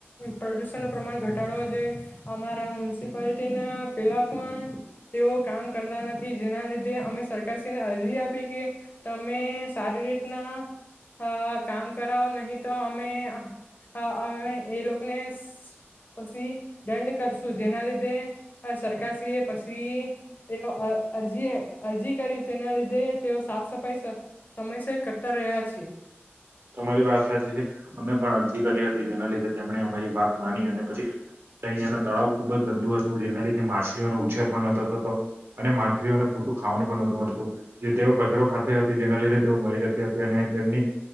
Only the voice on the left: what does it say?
પ્રદુષણનું પ્રમાણ ઘટ ટાડવો જોઈએ. અમારા મ્યુનિસિપાલિટીના પેલા પણ તેઓ કામ કરતા નથી, જેના લીધે અમે સરકારશ્રીને અરજી આપી કે તમે સારી રીતના અહ કામ કરાવો નહીં તો અમે આ હા અમે એ લોકને પછી દંડ કરશું, જેના લીધે સરકારશ્રીએ પછી તેનો અ અરજી-અરજી કરી તેના લીધે તેઓ સાફ સફાઈ સ સમયસર કરતા રહ્યા છે.